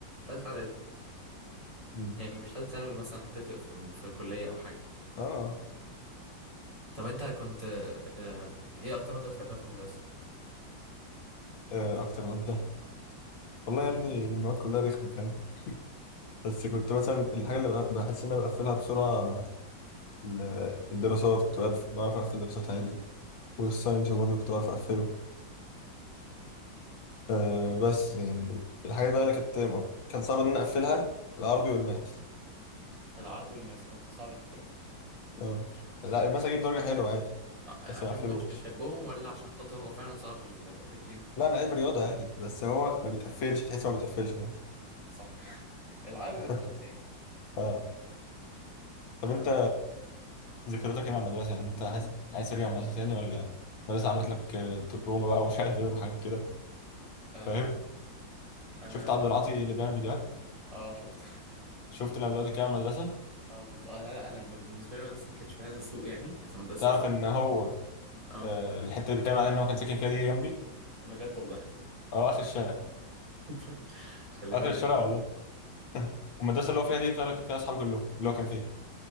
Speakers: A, on the right; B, on the left.
A: ثالثه اعدادي
B: مم.
A: يعني مش ثالث ثانوي مثلا هتفرق في في كليه او حاجه
B: اه
A: طب انت كنت آه آه، ايه اكتر ماده بتحبها في المدرسه
B: آه، اكتر مادة والله يا ابني المواد كلها رخمة فاهم بس كنت مثلا الحاجة اللي بق- بحس ان انا بقفلها بسرعة ال- الدراسات كنت بقف- بعرف اقفل الدراسات عادي والساينس برضه كنت بعرف اقفله آه بس يعني الحاجات بقى اللي كانت كان صعب ان انا اقفلها العربي والماس
A: العاب والماس كنت صعب تقفل
B: اه لا
A: لا
B: الماس اجيب
A: عشان
B: درجة حلوة عادي
A: عشان
B: بس ما اقفلوش
A: ما كنتش بتحبهم ولا عشان خاطر هو فعلا صعب التقفيل فيهم
B: لا انا علم رياضه عادي بس هو
A: اه
B: ما بيتقفلش تحس ما بيتقفلش فاهم
A: صح <laughs> العاب بالاخص
B: <laughs>
A: يعني
B: اه طب
A: آه
B: انت ذكرياتك ايه مع المدرسه يعني انت عايز عايز ترجع المدرسه تاني ولا المدرسه عملت لك آه، تروما بقى ومش عارف ايه وحاجات كده
A: آه
B: فاهم
A: انا
B: شفت عبد
A: بال...
B: العاطي اللي بيعمل فيديوهات
A: اه شفت <laughs>
B: شفت لما بدات كده المدرسه
A: اه بس انا لا انا بالنسبه لي المدرسه ما كانتش بهذا السوء يعني كانت مدرسه
B: تعرف
A: بصح
B: ان هو
A: اه
B: آه، الحته اللي بيتكلم عليها ان هو كان ساكن فيها دي جنبي
A: بجد والله
B: اه اخر الشارع
A: <laughs> خلي
B: اخر
A: بالك
B: الشارع والله <laughs> والمدرسه اللي هو فيها دي فيها فيها اصحابي كلهم اللي هو كان فيها